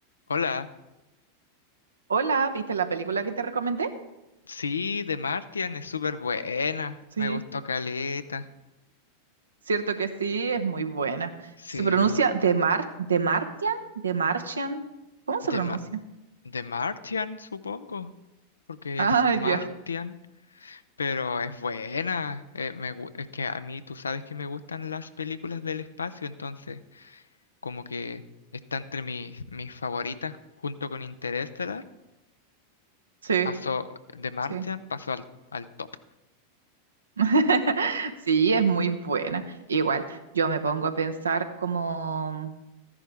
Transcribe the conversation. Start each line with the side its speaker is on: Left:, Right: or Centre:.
Left: Hola,
Right: Hola, ¿viste la película que te recomendé?
Left: sí, de Martian es súper buena,
Right: Sí,
Left: me gustó caleta.
Right: cierto que sí, es muy buena.
Left: Sí,
Right: Se pronuncia The Mar, The Martian, The Martian. ¿Cómo
Left: de,
Right: se pronuncia?
Left: Ma- de Martian supongo, porque
Right: Ah,
Left: es Martian,
Right: ya,
Left: pero es buena. eh, me gu- es que a mí tú sabes que me gustan las películas del espacio, entonces como que está entre mis, mis favoritas junto con Interestelar.
Right: Sí,
Left: Pasó de Martian,
Right: sí.
Left: pasó al, al top.
Right: <laughs> Sí, es muy buena. Igual, yo me pongo a pensar como,